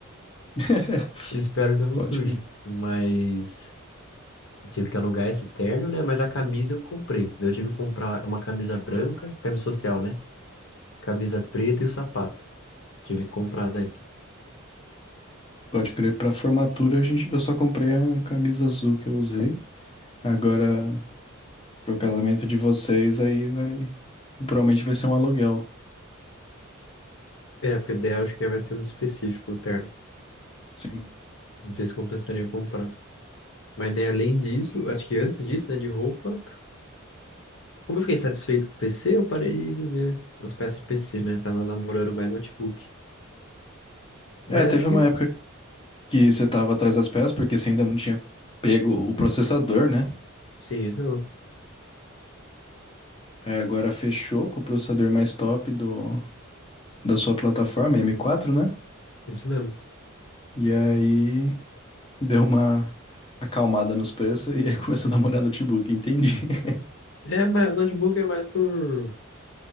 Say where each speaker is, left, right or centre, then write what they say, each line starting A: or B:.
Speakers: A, on the left; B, on the left.
A: <laughs>
B: Espero que eu não
A: Pode
B: suje.
A: crer.
B: Mas tive que alugar esse terno, né? Mas a camisa eu comprei. Eu tive que comprar uma camisa branca, camisa social, né? Camisa preta e o sapato. Tive que comprar daí.
A: Pode crer. Pra formatura, a gente... eu só comprei a camisa azul que eu usei. Agora, pro casamento de vocês, aí vai. Provavelmente vai ser um aluguel.
B: É, porque daí eu acho que vai ser muito específico o terno.
A: Sim.
B: Não sei se compensaria comprar. Mas daí, além disso, acho que antes disso, né, de roupa. Como eu fiquei satisfeito com o PC, eu parei de ver as peças de PC, né? Tava namorando mais notebook. Mas
A: É, teve
B: acho que
A: uma época. que você estava atrás das peças, porque você ainda não tinha pego o processador, né?
B: sim, isso mesmo.
A: Aí agora fechou com o processador mais top do, da sua plataforma, M4, né?
B: Isso mesmo.
A: E aí deu uma acalmada nos preços e aí <laughs> começou a namorar notebook, entendi. <laughs>
B: É, mas o notebook é mais por.